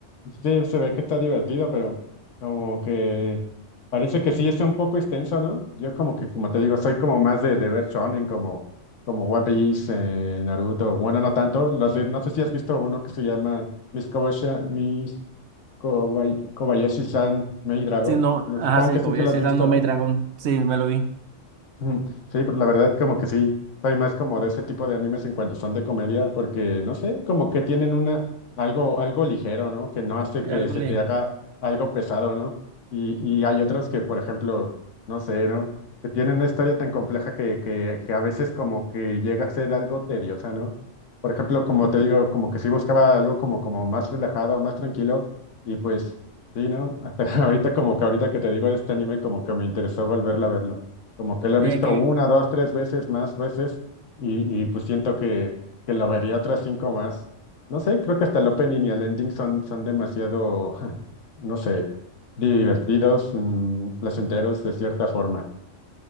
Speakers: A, on the left; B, on the right.
A: Sí, se ve que está divertido, pero como que parece que sí está un poco extenso, ¿no? Yo como que, como te digo, soy como más de, de ver shonen, como, como One Piece, eh, Naruto, bueno, no tanto, los de- no sé si has visto uno que se llama Miss Kobashi- Miss Kobay- Kobayashi-san Maid Dragon,
B: Si no,
A: no,
B: ajá,
A: supongo
B: sí,
A: que sí
B: como
A: se
B: ya
A: lo
B: decía,
A: has visto,
B: esa No me
A: ¿no?
B: Dragon, sí, me lo vi.
A: Ujú. Sí, pues la verdad como que sí, soy más como de ese tipo de animes en cuanto son de comedia, porque no sé, como que tienen una algo algo ligero, ¿no? Que no hace
B: Sí,
A: que
B: algo
A: se
B: le...
A: te haga algo pesado, ¿no? Y, y hay otros que, por ejemplo, no sé, ¿no? Que tienen una historia tan compleja que, que, que a veces como que llega a ser algo tediosa, ¿no? Por ejemplo, como
B: sí,
A: te digo, como que sí buscaba algo como, como más relajado, más tranquilo, y pues sí, ¿no? <laughs> Ahorita como que ahorita que te digo de este anime, como que me interesó volverla a verlo como que la he visto
B: es que,
A: una, dos, tres veces, más veces, y, y pues siento que, que la vería otras cinco más. No sé, creo que hasta el opening y el ending son, son demasiado, <laughs> no sé, divertidos, mm, placenteros de cierta forma.